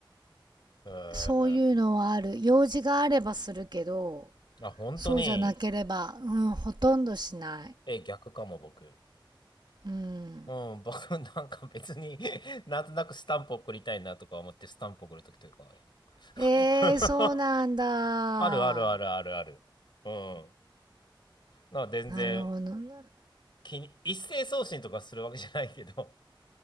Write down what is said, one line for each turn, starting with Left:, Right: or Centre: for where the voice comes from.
Left: へえ。
Right: そういうのはある。用事があればするけど、
Left: あ、本当に。
Right: そうじゃなければ、うん、ほとんどしない。
Left: え、逆かも、僕。
Right: うん。
Left: うん、<laughs> 僕なんか別に <laughs> なんとなくスタンプ送りたいなとか思ってスタンプ送るときとかある。<laughs>
Right: えー、そうなんだ。
Left: あるあるあるあるある。うん。なんか全然
Right: なるほどな。
Left: 気に、一斉送信とかするわけじゃないけど、